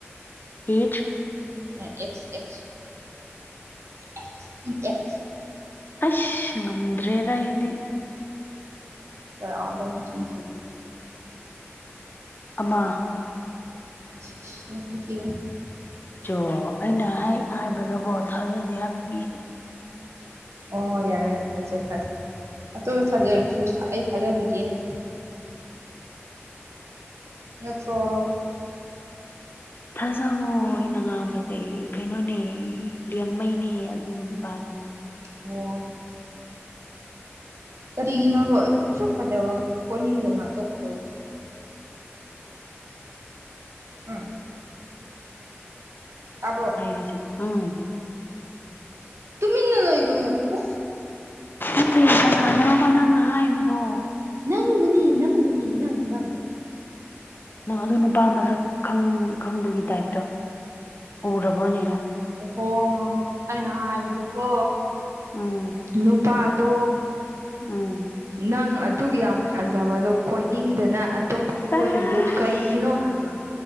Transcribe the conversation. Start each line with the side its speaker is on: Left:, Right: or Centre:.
Left: ꯑꯩꯠ
Right: ꯑꯦꯛꯁ ꯑꯦꯛꯁ ꯑꯦ ꯏ ꯑꯦꯁ
Left: ꯑꯁ ꯉꯝꯗ꯭ꯔꯦꯗ ꯑꯩꯗꯤ꯫
Right: ꯀꯌꯥꯗ ꯃꯆꯤꯟ ꯊꯤꯔꯤꯅꯣ꯫
Left: ꯑꯃ
Right: ꯆ ꯆ ꯅꯆꯤꯟꯊꯤꯒꯟ
Left: ꯆꯣ ꯑꯩꯅ ꯍꯥꯏꯕꯗꯀꯣ ꯊꯥꯖꯗꯦ ꯍꯥꯏꯕ ꯃꯤ
Right: ꯑꯣ ꯍꯣꯏ ꯌꯥꯔꯦ ꯌꯥꯔꯦ ꯊꯥꯖꯩ ꯊꯥꯖꯩ ꯑꯇꯣꯞꯄ ꯊꯥꯖꯔꯁꯨ ꯑꯩ ꯊꯥꯖꯕꯤꯒꯦꯅꯦ ꯅꯠꯇ꯭ꯔꯣ
Left: ꯊꯥꯖꯋꯣ ꯑꯩꯅ ꯉꯥꯡꯕꯁꯦ ꯀꯩꯅꯣꯅꯦ ꯂꯌꯥꯡꯉꯩꯅꯦ ꯑꯗꯨ ꯅꯨꯄꯥꯗꯨꯗꯤ
Right: ꯑꯣ ꯀꯔꯤꯒꯤꯅꯣꯕꯣ ꯑꯁꯨꯛ ꯐꯖꯕ ꯀꯣꯏꯅꯤꯡꯗꯣꯏꯅꯣ ꯑꯇꯣꯞꯄ ꯀꯣꯏꯁꯤ ꯑ ꯇꯥꯕ꯭ꯔꯣ
Left: ꯁꯤꯖꯦ ꯎꯝ
Right: ꯇꯨꯃꯤꯟꯅ ꯂꯩꯒꯅꯣ ꯑꯣ꯫
Left: ꯅꯠꯇꯦ ꯀꯅꯥꯅꯣꯕ ꯅꯪꯅ ꯍꯥꯏꯕꯗꯣ꯫
Right: ꯅꯪꯕꯨꯅꯤ ꯅꯪꯕꯨꯅꯤ ꯅꯪ ꯅꯪ꯫
Left: ꯅꯪ ꯑꯗꯨ ꯅꯨꯄꯥ ꯃꯁꯛ ꯈꯪꯕꯒꯤ ꯇꯥꯏꯞꯇ ꯎꯔꯕꯅꯦꯅꯪ ꯫
Right: ꯑꯣꯍꯣ ꯑꯩꯅ ꯍꯥꯏꯕꯗꯤꯀꯣ
Left: ꯎꯝ
Right: ꯅꯨꯄꯥꯗꯣ
Left: ꯎꯝ
Right: ꯅꯪ ꯑꯗꯨꯛ ꯌꯥꯝ ꯐꯖꯕꯗꯣ ꯀꯣꯏꯅꯤꯡꯗꯅ ꯑꯇꯣꯞꯄ
Left: ꯆꯥꯁ
Right: ꯀꯣꯏꯔꯤꯗꯨ ꯀꯩꯒꯤꯅꯣ ꯍꯥꯏꯕ